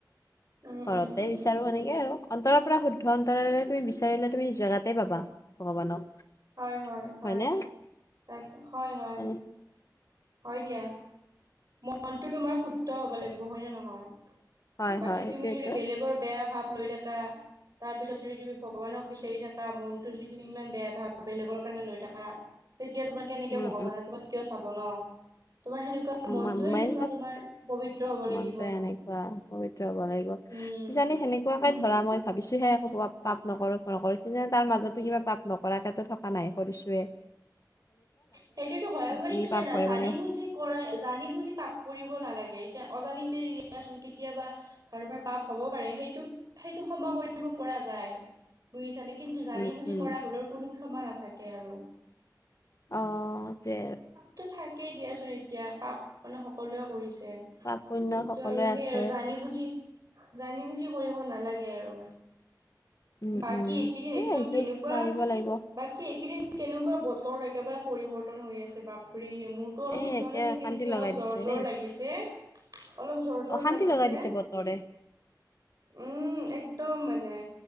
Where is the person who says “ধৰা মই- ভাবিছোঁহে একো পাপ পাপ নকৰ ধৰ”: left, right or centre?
Left